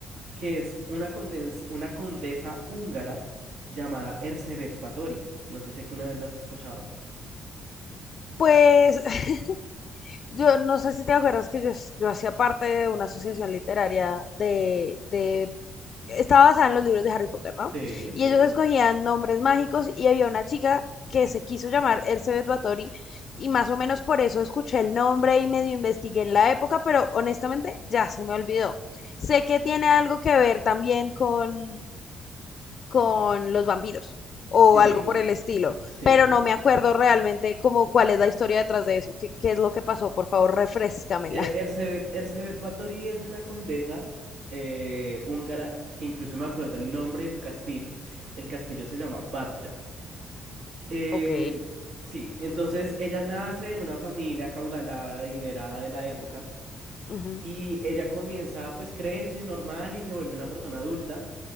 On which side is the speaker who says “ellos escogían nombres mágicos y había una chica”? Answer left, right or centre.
Left